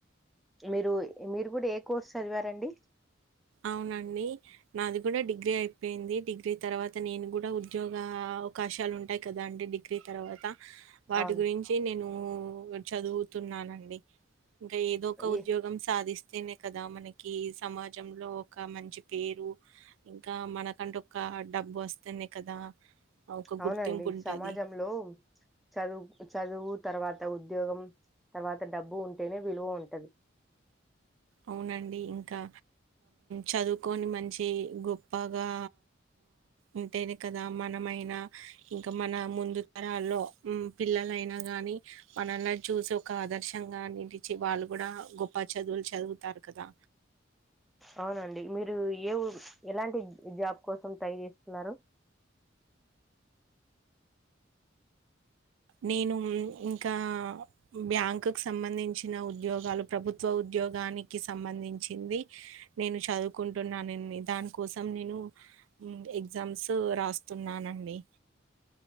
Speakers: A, in the centre; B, on the right.
A: మీరు మీరు కూడా ఏ కోర్స్ చదివారండి
B: అవునండి నాది కూడా డిగ్రీ అయిపోయింది డిగ్రీ తర్వాత నేను కూడా ఉద్యోగ అవకాశాలు ఉంటాయి కదా అండి డిగ్రీ తర్వాత వాటి
A: అవును
B: గురించి నేను చదువుతున్నానండి ఇంకా ఏదో ఒక ఉద్యోగం
A: ఏ
B: సాధిస్తంది అదే కదా మనకి సమాజ జం లో ఒక మంచి పేరు ఇంకా మనకంటే ఒక డబ్బు వస్తుంది కదా ఒక
A: అవునండి
B: గుర్తింపు ఉంటది.
A: సమాజంలో చదువు చదువు తర్వాత ఉద్యోగం తర్వాత డబ్బు ఉంటేనే విలువ ఉంటది
B: అవునండి ఇంకా చదువుకొని మంచి గొప్పగా ఉంటేనే కదా మనమైనా ఇంకా మన ముందు తరాల్లో పిల్లలైనా గాని మనల్లా చూసి ఒక ఆదర్శంగా నిలిచి వాళ్ళు కూడా గొప్ప చదువులు చదువుతాారు కాదా
A: అవునండి మీరు ఏ ఎలాంటి జాబ్ కోసం ట్రై చేస్తున్నారు
B: నేను ఇంకా బ్యాంకుకు సంబంధించిన ఉద్యోగాలు ప్రభుత్వ ఉద్యోగానికి సంబంధించింది నేను చదువుకుంటున్నానండి దానికోసం నేను ఎగ్జామ్స్ రాస్తున్నానండి